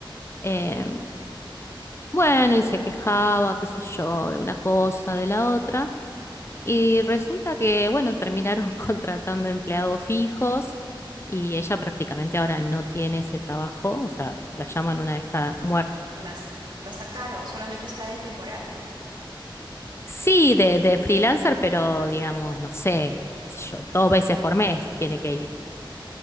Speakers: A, on the left (about 30°); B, on the right (about 60°).
A: Em,
B: ya.
A: bueno, y se quejaba, qué sé yo, de una cosa, de la otra. Y resulta que, bueno, terminaron <laughs> contratando empleados fijos y ella prácticamente ahora no tiene ese trabajo, o sea, la llaman una vez cada...
B: Ah,
A: muer-
B: las, la sacaron, solamente está de temporal.
A: Sí, de, de freelancer, pero digamos, no sé, qué sé yo, dos veces por mes tiene que ir.